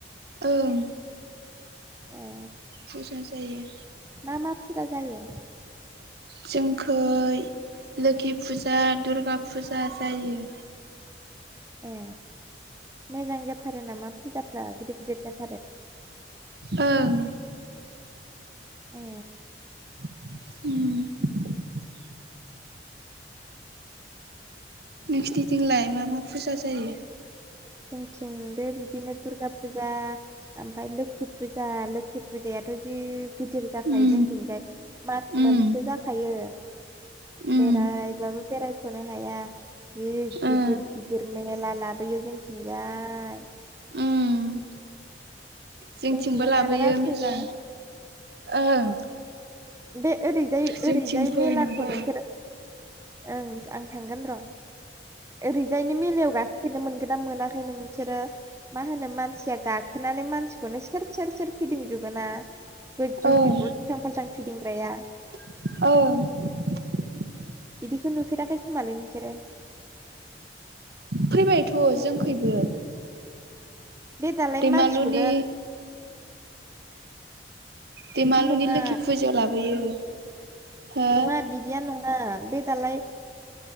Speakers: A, on the right; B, on the right.
A: ओं
B: ए
A: फुजा जायो
B: मा मा फुजा जायो
A: जोंखै लोखि फुजा दुर्गा फुजा जायो
B: ए मोजां जाथारो नामा फुजाफ्रा गिदिर -गिदिर जाथार
A: ओं
B: ए
A: उम नोंसिनिजोंंलाय मा -मा फुजा जायो
B: जोंथिंबो बिदिनो दुर्गा फुजा ओमफ्राय लोखि फुजा लो लोखि फुजायाथ' जि गिदिर जाखायो
A: उम
B: जोंथिंजाय मास
A: उम
B: मोनसे जाखायो
A: उम
B: बेरायबाबो बेरायख'नो हाया जि गिदिर-
A: ओ
B: गिदिर मेला लाबोयो जोंथिंजाय
A: उम जोंथिंबो
B: जोंथिंजाय
A: लाबोयो
B: मालाबा फैदो
A: मेला ओं
B: बे ओरैजाय
A: जोंथिं
B: -ओरैजाय
A: फै
B: मेलाखौ
A: नोंबो
B: नोंसोर ओं आं थांगोन र' ओरैजायनि मेलायाव गाखोफेरनो मोनगोन ना मोनाखै नोंसोरो मा होनो मानसिया गाखोनानै मानसि बे खौनो सोर -सोर- सोर फिदिंजोबोनना गोजौथिं
A: ओं
B: उल्थां फाल्थां फिदिंग्राया
A: औ
B: बिदिखौ नुफेराखै खोमालै नोंसोरो
A: फैबायथ' जोंखैबो
B: बे दालाय
A: दैमालुनि
B: मानसिखौनो
A: दिमालुनि
B: बिदि नङा
A: लोखि फुजायाव लाबोयो हो
B: नङा बिदिया नङा बे दालाय